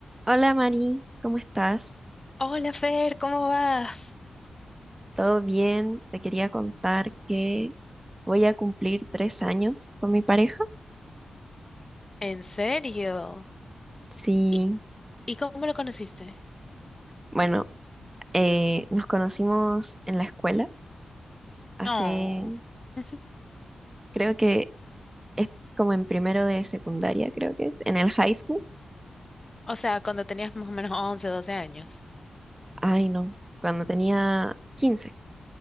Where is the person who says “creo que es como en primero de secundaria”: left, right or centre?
Right